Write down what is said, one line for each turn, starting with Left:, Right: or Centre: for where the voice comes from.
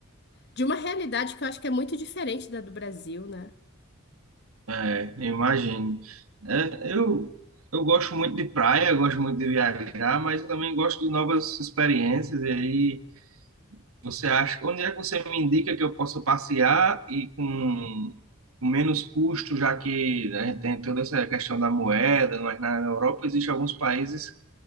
Left: de uma realidade que eu acho que é muito diferente da do Brasil, né?
Right: É, eu imagino. É, eu, eu gosto muito de praia, eu gosto muito de viajar, mas eu também gosto de novas experiências. E aí, você acha, onde é que você me indica que eu possa passear e com com menos custo, já que a gente tem toda essa questão da moeda, mas na Europa existe alguns países